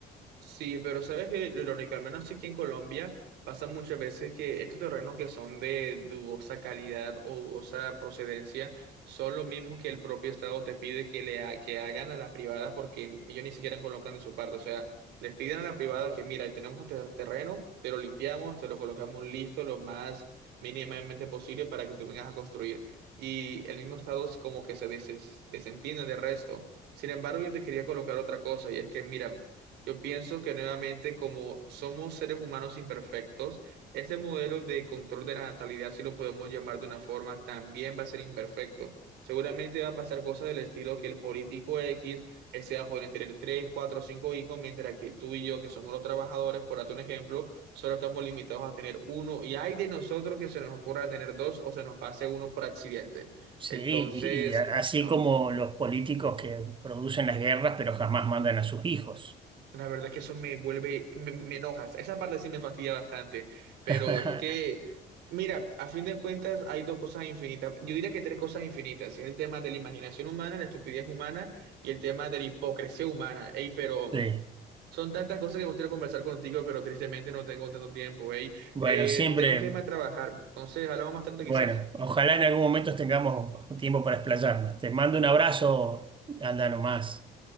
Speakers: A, on the right; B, on the right.
A: Sí, pero sabes que lo irónico, al menos aquí en Colombia, pasa muchas veces que estos terrenos que son de dudosa calidad o dudosa procedencia son los mismos que el propio Estado te pide que le ha- que hagan a las privadas porque ellos ni siquiera colocan de su parte. O sea, les piden a la privada que, mira, tenemos este terreno, te lo limpiamos, te lo colocamos listo lo más mínimamente posible para que tú vengas a construir. Y el mismo Estado es como que se desen- desentiende del resto. Sin embargo, yo te quería colocar otra cosa y es que, mira, yo pienso que nuevamente, como somos seres humanos imperfectos, este modelo de control de la natalidad, si lo podemos llamar de una forma, también va a ser imperfecto. Seguramente va a pasar cosas del estilo que el político X, él se va a poder tener tres, cuatro, cinco hijos, mientras que tú y yo, que somos los trabajadores, por darte un ejemplo, solo estamos limitados a tener uno. Y hay de nosotros que se nos ocurra tener dos o se nos pase uno por accidente.
B: Sí,
A: Entonces,
B: y y así
A: no.
B: como los políticos que producen las guerras, pero jamás mandan a sus hijos.
A: La verdad que eso me vuelve, me, me enoja. Esa parte sí me fastidia bastante, pero
B: <laughs>
A: es que, mira, a fin de cuentas hay dos cosas infinitas. Yo diría que tres cosas infinitas. Es el tema de la imaginación humana, la estupidez humana y el tema de la hipocresía humana. Ey, pero
B: Sí,
A: son tantas cosas que me gustaría conversar contigo, pero tristemente no tengo tanto tiempo. Ey,
B: bueno,
A: Eh,
B: siempre,
A: tengo que irme a trabajar. Entonces, hablamos más tarde
B: bueno,
A: quizás.
B: ojalá en algún momento tengamos tiempo para explayarnos. Te mando un abrazo, anda nomás.